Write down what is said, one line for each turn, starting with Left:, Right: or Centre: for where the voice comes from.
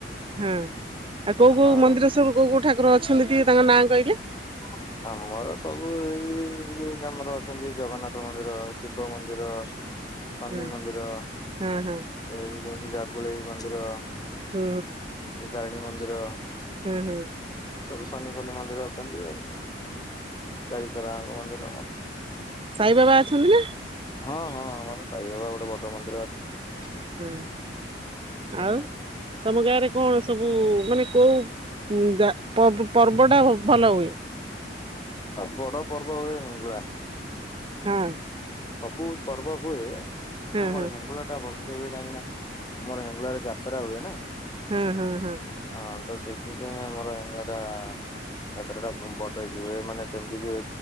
Right: ହୁଁ ଆଉ କୋଉ କୋଉ
Left: ହଁ
Right: ମନ୍ଦିର ସବୁ କୋଉ କୋଉ ଠାକୁର ଅଛନ୍ତି ଟିକେ ତାଙ୍କ ନାଁ କହିଲେ ।
Left: <inaudible> ଆମର ସବୁ ଏଇ ଆମର ଅଛନ୍ତି ଜଗନ୍ନାଥ ମନ୍ଦିର, ଶିବ ମନ୍ଦିର ଶନି
Right: ହଁ
Left: ମନ୍ଦିର
Right: ହଁ ହଁ
Left: ଏଇ ଯେମତି ଜାଗୁଳେଇ ମନ୍ଦିର ।
Right: ହୁଁ।
Left: ତାରିଣୀ ମନ୍ଦିର ।
Right: ହୁଁ ହୁଁ।
Left: ସବୁ ସନି <unintelligible> ମନ୍ଦିର ଅଛନ୍ତି ଆଉ ଚାରିକର ଆଙ୍କ ମନ୍ଦିର।
Right: ସାଇ ବାବା ଅଛନ୍ତି ନା?
Left: ହଁ ହଁ ଆମର ସାଇ ବାବା ଗୋଟେ ବଡ଼ ମନ୍ଦିର ଅଛି।
Right: ହୁଁ
Left: ହୁଁ।
Right: ଆଉ ତମ ଗାଁରେ କଣ ସବୁ ମାନେ କୋଉ ଯା ପର୍ବ ପର୍ବଟା ଭଲ ହୁଏ?
Left: ବଡ଼ ପର୍ବ ହୁଏ ହେଙ୍ଗୁଳା।
Right: ହଁ।
Left: ସବୁ ପର୍ବ ହୁଏ
Right: ହଁ
Left: ଆମର
Right: ହଁ
Left: ହେଙ୍ଗୁଳା ଟା ବ ହୁଏ କାହିଁକି ନା ଆମର ହେଙ୍ଗୁଲା ରେ ଯାତ୍ରା ହୁଏ ନା।
Right: ହୁଁ ହୁଁ ହୁଁ।
Left: ହଁ ତ ସେଥିପାଇଁ ଆମର ହେଙ୍ଗୁଳା ଟା ଯାତ୍ରା ଟା ବଡ଼ ହେଇକି ହୁଏ ମାନେ ସେମିତି କି